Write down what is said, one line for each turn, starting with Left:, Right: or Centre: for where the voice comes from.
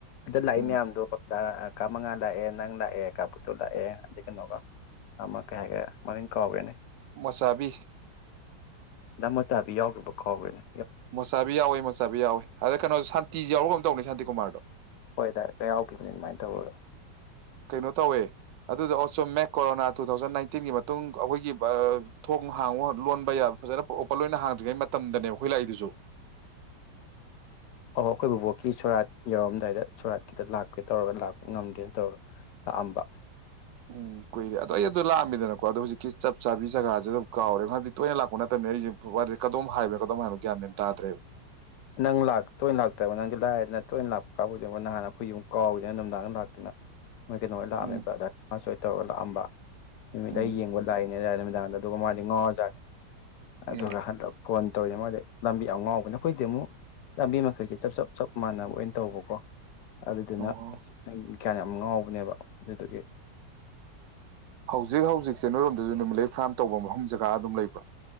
Left: ꯑꯗ ꯂꯥꯛꯏ
Right: ꯎꯝ
Left: ꯃꯌꯥꯝꯗꯣ ꯀꯥ ꯃꯉꯥ ꯂꯥꯛꯑꯦ ꯅꯪ ꯂꯥꯛꯑꯦ ꯀꯥꯕꯨꯠꯇꯣ ꯂꯥꯛꯑꯦ ꯑꯗꯩꯩ ꯀꯩꯅꯣꯒ ꯑꯃ ꯀꯩ ꯍꯥꯏꯒꯔꯦ ꯃꯃꯤꯡ ꯀꯥꯎꯈ꯭ꯔꯦꯅꯦ
Right: ꯃꯣꯆꯥꯕꯤ
Left: ꯗ ꯃꯣꯆꯥꯕꯤ ꯌꯥꯎꯗꯕ꯭ꯔꯣ ꯀꯥꯎꯒ꯭ꯔꯦꯅꯦ
Right: ꯃꯣꯆꯥꯕꯤ ꯌꯥꯎꯋꯦ ꯃꯣꯆꯥꯕꯤ ꯌꯥꯎꯋꯦ ꯑꯗ ꯀꯩꯅꯣ ꯁꯥꯟꯇꯤꯖꯨ ꯌꯥꯎꯕꯔ ꯀꯩꯅꯣꯝ ꯇꯧꯕꯅꯦ ꯁꯥꯟꯇꯤꯀꯨꯃꯥꯔꯗꯣ
Left: ꯍꯣꯏ ꯗꯥꯏ ꯌꯥꯎꯈꯤꯕꯅꯤ ꯑꯗꯨꯃꯥꯏꯅ ꯇꯧꯔꯒ
Right: ꯀꯩꯅꯣ ꯇꯧꯋꯦ ꯑꯗꯨꯗ ꯑꯣꯆꯨꯝꯃꯦ ꯀꯣꯔꯣꯅꯥ ꯇꯨ ꯊꯥꯎꯖꯟ ꯅꯥꯏꯟꯇꯤꯟꯒꯤ ꯃꯇꯨꯡ ꯑꯩꯈꯣꯏꯒꯤ ꯊꯣꯡ ꯍꯥꯡꯕ ꯂꯣꯟꯕ ꯌꯥꯕ ꯐꯖꯅ ꯄ꯭ꯔꯣꯄꯔ ꯂꯣꯏꯅ ꯍꯥꯡꯗ꯭ꯔꯤꯉꯩ ꯃꯇꯝꯗꯅꯦꯕ ꯑꯩꯈꯣꯏ ꯂꯥꯛꯏꯗꯨꯁꯨ
Left: ꯑꯣ ꯑꯩꯈꯣꯏ ꯕꯨꯕꯣꯛꯀꯤ ꯁꯣꯔꯥꯠ ꯌꯧꯔꯝꯗꯥꯏꯗ ꯁꯣꯔꯥꯠꯇ ꯂꯥꯛꯀꯦ ꯇꯧꯔꯒ ꯂꯥꯛꯄ ꯉꯝꯗ꯭ꯔꯦꯅ ꯇꯧꯔꯒ ꯂꯥꯛꯑꯝꯕ
Right: ꯎꯝ ꯀꯨꯏꯔꯦ ꯑꯗꯣ ꯑꯩ ꯑꯗꯨꯗꯣ ꯂꯥꯛꯑꯝꯃꯤꯗꯅꯀꯣ ꯑꯗꯣ ꯍꯧꯖꯤꯛꯀꯤ ꯆꯞ ꯆꯥꯕꯤ ꯖꯒꯥꯁꯦ ꯑꯗꯨꯝ ꯀꯥꯎꯔꯦ ꯍꯥꯏꯕꯗꯤ ꯇꯣꯏꯅ ꯂꯥꯛꯄ ꯅꯠꯇꯕꯅꯤꯅ ꯑꯩꯁꯦ ꯋꯥꯔꯤ ꯀꯗꯣꯝ ꯍꯥꯏꯕ꯭ꯔꯥ ꯀꯗꯣꯝ ꯍꯥꯏꯕꯅꯣ ꯒꯌꯥꯟ ꯃꯦꯟ ꯇꯥꯗ꯭ꯔꯦꯕ
Left: ꯅꯪ ꯂꯛ ꯇꯣꯏꯅ ꯂꯥꯛꯇꯕ ꯅꯪꯗꯤ ꯂꯥꯏꯔꯗꯅ ꯇꯣꯏꯅ ꯂꯥꯛꯄ ꯀꯥꯕꯨꯖꯦꯟ ꯅꯍꯥꯟ ꯑꯩꯈꯣꯏ ꯌꯨꯝ ꯀꯥꯎꯒꯤꯗꯅ ꯅꯨꯡꯗꯥꯡꯅ ꯂꯥꯛꯇꯅ ꯃꯣꯏ ꯀꯩꯅꯣ ꯍꯣꯏ ꯂꯥꯛꯑꯝꯃꯦꯕ
Right: ꯎꯝ
Left: ꯗ ꯁꯅ ꯇꯧꯔꯒ ꯂꯛꯑꯝꯕ ꯅꯨꯃꯤꯠ
Right: ꯎꯝ
Left: ꯂꯩ ꯌꯦꯡꯕ ꯂꯥꯛꯏꯅꯦ ꯑꯗꯨꯝ ꯑꯗꯨꯗꯨꯒ ꯃꯥꯗꯤ ꯉꯥꯎꯔꯖꯥꯠꯅꯤ
Right: ꯎꯝ
Left: ꯑꯗꯨ ꯍꯟꯗꯛ ꯐꯣꯟ ꯇꯧꯔꯤꯅꯦ ꯃꯥꯗꯤ ꯂꯝꯕꯤ ꯌꯥꯝ ꯉꯥꯎꯕꯅꯦ ꯑꯩꯈꯣꯏꯗꯤ ꯑꯃꯨꯛ ꯂꯝꯕꯤ ꯃꯈꯩꯁꯦ ꯆꯞ ꯆꯞ ꯆꯞ ꯃꯥꯟꯅꯕ ꯑꯣꯏꯅ ꯇꯧꯕꯀꯣ ꯑꯗꯨꯗꯨꯅ
Right: ꯑꯣ
Left: ꯀꯤꯌꯥꯟ ꯌꯥꯝ ꯉꯥꯎꯕꯅꯦꯕ ꯑꯗꯨꯗꯨꯒꯤ
Right: ꯍꯧꯖꯤꯛ ꯍꯧꯖꯤꯛꯁꯦ ꯅꯣꯏꯔꯣꯝꯗꯁꯨ ꯅꯨꯃꯤꯠꯂꯩ ꯐꯥꯔꯝ ꯇꯧꯕ ꯃꯐꯝ ꯖꯒꯥ ꯑꯗꯨꯝ ꯂꯩꯕ꯭ꯔꯣ